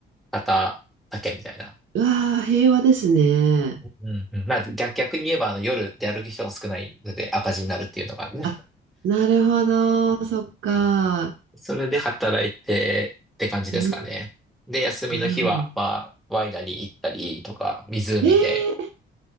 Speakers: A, in the centre; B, on the right.
A: 方だけみたいな。
B: うわあ、平和ですね。
A: うんうん、まあ逆、逆に言えばあの夜で歩く人が少ないので赤字になるっていうのがある。<laughs>
B: あ、なるほど。そっか。
A: それで働いてって感じですかね。
B: うん、
A: で、休みの日は、
B: なるほど。
A: まあ、ワイナリー行ったりとか、湖で、
B: ええ